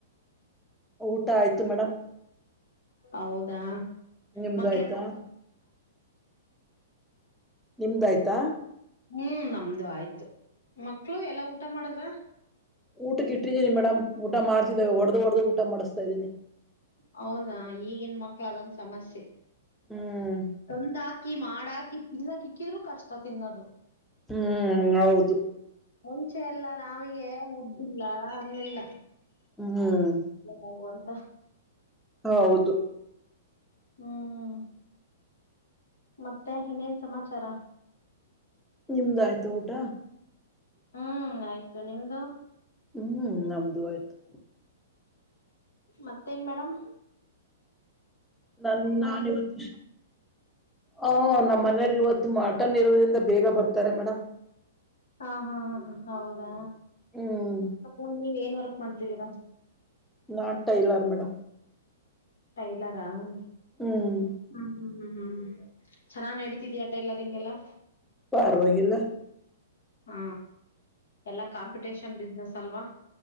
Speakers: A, in the centre; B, on the left (about 80°).
A: ಊಟ ಆಯ್ತು ಮೇಡಮ್
B: ಹೌದಾ
A: ನಿಮ್ದ
B: ಮಕ್ಳ
A: ಆಯ್ತಾ ನಿಮ್ದಾಯ್ತಾ
B: ಹ್ಮ್ ನಮ್ದು ಆಯ್ತು ಮಕ್ಳು ಎಲ್ಲಾ ಊಟ ಮಾಡಿದ್ರ
A: ಊಟ ಇಟ್ಟಿದ್ದೀನಿ ಮೇಡಮ್ ಊಟ ಮಾಡ್ತಿದಾವೆ ಹೊಡೆದು ಹೊಡೆದು ಊಟ ಮಾಡಿಸ್ತಾ ಇದ್ದೀನಿ
B: ಹೌದ ಈಗಿನ ಮಕ್ಳ ಅದೊಂದ ಸಮಸ್ಯೆ
A: ಹ್ಮ್
B: ತಂದೂಹಕಿ ಮಾಡಾಕಿ ತಿನ್ನಕ್ ಇಕ್ಕಿದ್ರು ಕಷ್ಟ ತಿನ್ನದು
A: ಹ್ಮ್ ಹೌದು
B: ಮುಂಚೆ ಎಲ್ಲ ನಮಿಗೆ ಮುದಿಲ್ಲ ಅನ್ನಿಲ್ಲ
A: ಹ್ಮ್
B: ಭಗವಂತ
A: ಹ ಹೌದು
B: ಹ್ಮ್ ಮತ್ತೆ ಇನ್ನೇನ್ ಸಮಾಚಾರ
A: ನಿಮ್ದಾಯ್ತಾ ಊಟ
B: ಹ್ಮ್ ಆಯ್ತು ನಿಮ್ದು
A: ಹ್ಮ್ ನಮ್ದ ಆಯ್ತು
B: ಮತ್ತೇನ್ ಮೇಡಂ
A: ನನ್ ನಾನ್ ಇವತ್ತು ಹ ನಮ್ಮ ಮನೇಲಿ ಇವತ್ತು ಮಟನ್ ಇರೋದ್ರಿಂದ ಬೇಗ ಬರ್ತಾರೆ ಮೇಡಮ್
B: ಹಾ ಹಾ ಹಾ ಹ ಹೌದಾ
A: ಹ್ಮ್
B: ಮ ನೀವ್ ಏನ್ ವರ್ಕ್ ಮಾಡ್ತಿದ್ದೀರ
A: ನಾನ್ ಟೈಲರ್ ಮೇಡಮ್
B: ಟೈಲರ ಹ್ಮ್
A: ಹ್ಮ್
B: ಹ್ಮ್ ಹ್ಮ್ ಹ್ಮ್ ಹ್ಮ್ ಚೆನ್ನಾಗ್ ನಡೀತಿದೀ ಟೈಲರಿಗ್ ಎಲ್ಲಾ
A: ಪಾರವಾಗಿಾಗಿಲ್ಲ
B: ಹಾ ಎಲ್ಲಾ ಕಾಂಪಿಟೇಷನ್ ಬಿಸ್ನೆಸ್ ಅಲ್ವಾ